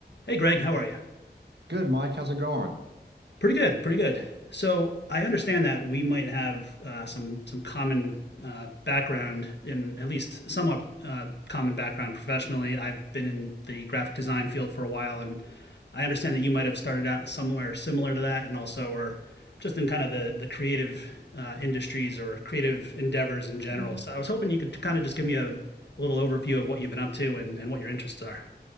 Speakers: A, on the left (about 75°); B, on the right (about 75°).
A: Hey, Greg, how are you?
B: Good, Mike. How's it going?
A: Pretty good, pretty good. So I understand that we might have uh, some some common uh, background, in at least somewhat uh, common background professionally. I've been in the graphic design field for a while, and I understand that you might have started out somewhere similar to that, and also are just in kind of the the creative uh, industries or creative endeavors in general.
B: Mhm.
A: So I was hoping you could kind of just give me a, a little overview of what you've been up to and, and what your interests are.